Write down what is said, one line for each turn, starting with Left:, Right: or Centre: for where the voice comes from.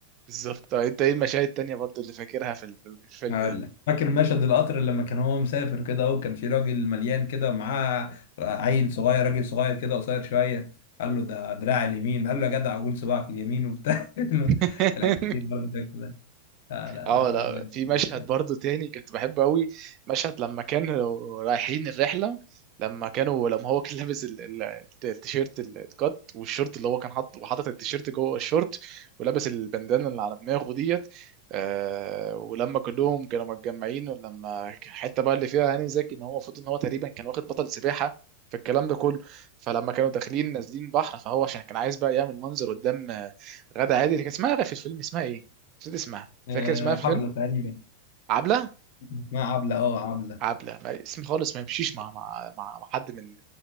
Right: بالظبط طب انت ايه المشاهد التانية برضو اللي فاكرها في ال- في الفيلم
Left: هقول
Right: ده
Left: لك فاكر مشهد القطر لما كان هو مسافر كده اهو كان في راجل مليان كده ومعاه عيل صغير راجل صغير كده قصير شويه قال له ده دراع اليمين قال له يا جدع عجول صباعك اليمين وبتاع <laughs>
Right: <laughs>
Left: الحته دي برضه كانت لا لا لا
Right: اه
Left: لا
Right: لا
Left: بجد
Right: في
Left: مش-
Right: مشهد
Left: لا.
Right: برضو تاني كنت بحبه قوي مشهد لما كانوا رايحين الرحله لما كانوا لما هو كان لابس ال- ال- الت- التيشيرت ال- الكات والشورت اللي هو كان حاطه وحاطط التيشيرت جوه الشورت ولابس البندانه اللي على دماغه ديت آه ولما كلهم كانوا متجمعين ولما كان الحته بقى اللي فيها هاني زكي ان هو المفروض ان هو تقريبا كان واخد بطل سباحه في الكلام ده كله فلما كانوا داخلين نازلين بحر فهو عشان كان عايز بقى يعمل منظر قدام آه، غادة عادل كان اسمها في الفيلم اسمها ايه؟ نسيت اسمها فاكر
Left: آه،
Right: اسمها في الفيلم
Left: عبلة تقريبا
Right: عبله
Left: اسمها عبلة اه عبلة
Right: عبله ما- اسم خالص ما يمشيش مع مع مع مع حد من